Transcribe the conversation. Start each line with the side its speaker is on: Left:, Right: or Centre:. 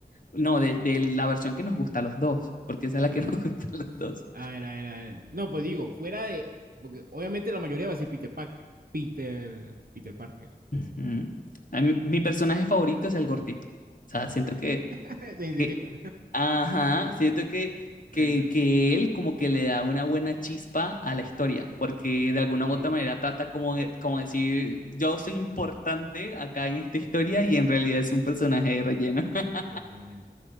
Left: No, de, de la versión que nos gusta a los dos, porque esa es la que
Right: sí.
Left: <laughs> nos gusta a los dos.
Right: A ver, a ver, a ver. No, pues digo, fuera de. Porque obviamente la mayoría va a decir Peter Parker. Peter. Peter Parker.
Left: Ujú. A mí- mi personaje favorito es el gordito. O sea, siento que,
Right: <laughs> Se identifica.
Left: que ajá, siento que, que,
Right: Bueno,
Left: que él como que le da una buena chispa a la historia, porque de alguna u
Right: sí,
Left: otra manera trata como, de- como decir, yo soy importante acá en esta historia y en realidad es un personaje de relleno, <laughs>
Right: exactamente.